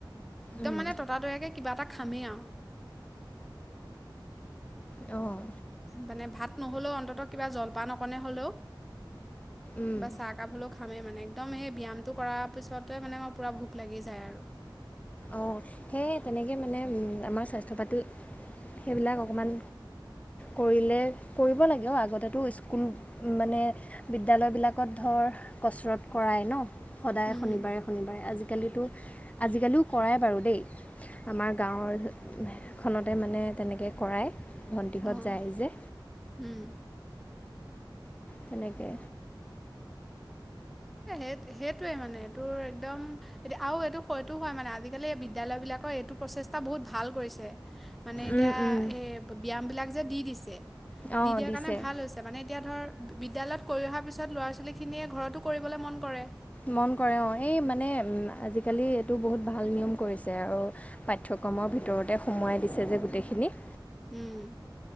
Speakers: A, in the centre; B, on the left.
A: একদম
B: উম
A: মানে ততাতৈয়াকে কিবা এটা খামেই আৰু
B: হম
A: মানে ভাত নহ'লেও অন্ততঃ কিবা জলপান অকনে হ'লেও
B: উম।
A: বা চাহ কাপ হলেও খামে মানে একদম সেই ব্যায়ামটো কৰাৰ পিছতে মানে মোৰ পুৰা ভোক লাগি যায় আৰু
B: অঁ সেয়ে তেনেকৈ মানে আমাৰ স্বাস্থ্য পাতি সেইবিলাক অকণমান কৰিলে কৰিব লাগে আগতেতো স্কুল মানে বিদ্যালয়বিলাকত ধৰ কচৰৎ কৰাই ন সদায়
A: উম,
B: শনিবাৰে শনিবাৰে আজিকালিতো আজিকালিও কৰায় বাৰু দেই আমাৰ গাঁৱৰ খনতে মানে তেনেকৈ কৰায় ভণ্টিহঁত
A: অঁ
B: যায় যে
A: উম।
B: তেনেকে
A: এ সেই সেইটোৱে মানে এইটোৰ একদম আৰু এইটো সটো হয় মানে আজিকালি বিদ্য়ালয় বিলাকৰ এইটো প্ৰচেষ্টা বহুত ভাল কৰিছে মানে এতিয়া
B: উম উম
A: এ ব্যায়াম বিলাক যে দি দিছে
B: অঁ
A: দি দিয়াৰ
B: দিছে
A: কাৰণে ভাল হৈছে মানে এতিয়া ধৰ বিদ্যয়ালয়ত কৰি অহাৰ পিছত ল'ৰা ছোৱলীখিনিয়ে ঘৰতো কৰিবলৈ মন কৰে
B: মন কৰে অ এই মানে উম আজিকালি এইটো বহুত ভাল নিয়ম কৰিছে আৰু পাঠ্যক্ৰমৰ ভিতৰতে সোমোৱাই দিছে যে গোটেইখিনি
A: উম